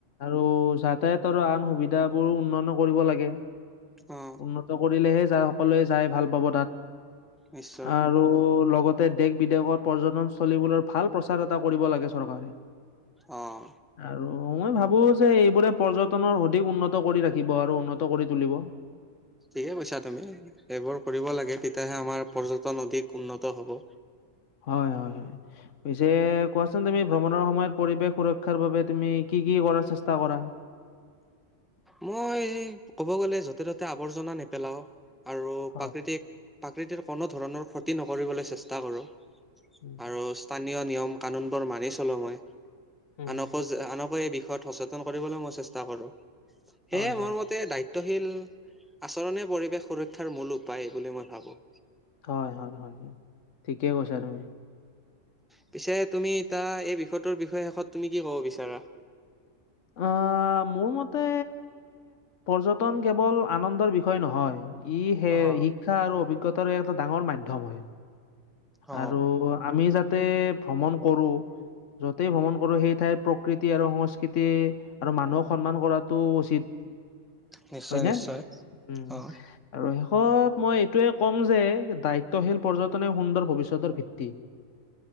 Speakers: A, on the left; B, in the centre.
A: আৰু যাতায়ত আৰু আন সুবিধাবোৰ উন্নত কৰিব লাগে।
B: অ
A: উন্নত কৰিলেহে যায় সকলোৱে যায় ভাল পাব তাত।
B: নিশ্চয়
A: আৰু লগ লগতে দেশ বিদেশত পৰ্যটনস্থলীবোৰৰ ভাল প্ৰচাৰ এটা কৰিব লাগে চৰকাৰে।
B: আহ।
A: আৰু মই ভাবো যে এইবোৰে পৰ্যটনৰ অধিক উন্নত কৰি ৰাখিব আৰু উন্নত কৰি তুলিব।
B: ঠিকে কৈছা তুমি এইবোৰ কৰিব লাগে তেতিয়াহে আমাৰ পৰ্যটন অধিক। উন্নত হ'ব।
A: হয় হয় হয় পিছে কোৱাচোন তুমি ভ্ৰমণৰ সময়ত পৰিৱেশ সুৰক্ষাৰ বাবে তুমি কি? কি কি কৰাৰ চেষ্টা কৰা?
B: মই ক'ব গ'লে য'তে ত'তে আৱৰ্জনা নেপেলাও। আৰু
A: হয়,
B: প্ৰাকৃতিক প্ৰাকৃতিৰ কোনো ধৰণৰ ক্ষতি নকৰিবলৈ চেষ্টা কৰোঁ।
A: উম,
B: আৰু স্থানীয় নিয়ম কানুন বোৰ মানি চলো মই
A: উম,
B: আনকো যে আনক বিষয়ত সচেতন কৰিবলৈ মই চেষ্টা কৰো সেয়ে
A: হয়, হয়,
B: মোৰ মতে দায়িত্ব। শীল আচৰণে পৰিৱেশ সুৰক্ষাৰ মূল উপায় বুলি মই ভাবো।
A: হয় হয় হয় ঠিকেই কৈছা তুমি
B: পিছে তুমি তা এই বিষয়টোৰ বিষয়ে শেষত তুমি কি ক'ব বিচাৰা
A: অ অ মোৰ মতে পৰ্যটন কেৱল আনন্দৰ বিষয় নহয়। ই সে
B: অ',
A: শিক্ষা আৰু অভিজ্ঞতাৰ এটা ডাঙৰ মাধ্যম হয়।
B: অ',
A: আৰু আমি যাতে ভ্ৰমণ কৰো যতেই ভ্ৰমণ কৰো সেই ঠাইত। প্ৰকৃতি আৰু সংস্কৃতি আৰু মানুহক সন্মান কৰাটো উচিত।
B: নিশ্চয়
A: হয় নে
B: নিশ্চয়
A: উম
B: অ'।
A: আৰু শেষত মই এইটোৱে ক'ম যে দায়িত্বশীল পৰ্যটনে সুন্দৰ ভৱিষ্যতৰ ভিত্তি